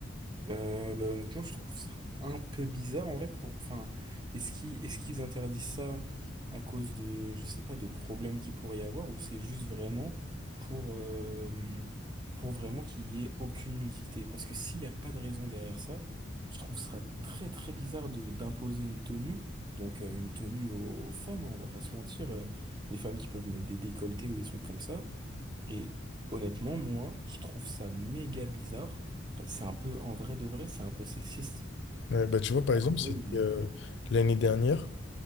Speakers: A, on the right (about 25°); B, on the left (about 65°).
A: Euh, bah, honnêtement, je trouve ça un peu bizarre en vrai pour. Enfin, est-ce qu'ils est-ce qu'ils interdisent ça à cause de, je sais pas, de problèmes qu'il pourrait y avoir ou c'est juste vraiment pour euh, pour vraiment qu'il y ait aucune nudité? Parce que s'il n'y a pas de raison derrière ça, je trouve ça très très bizarre de d'imposer une tenue, donc euh, une tenue aux, aux femmes, hein, on va pas se mentir, euh, les femmes qui peuvent mettre des décolletés ou des trucs comme ça. Et honnêtement, moi, je trouve ça méga bizarre. C'est un peu, en vrai de vrai, c'est un peu sexiste.
B: Ouais, bah, tu vois, par
A: C'est
B: exemple,
A: Un peu...
B: c'était euh, l'année dernière,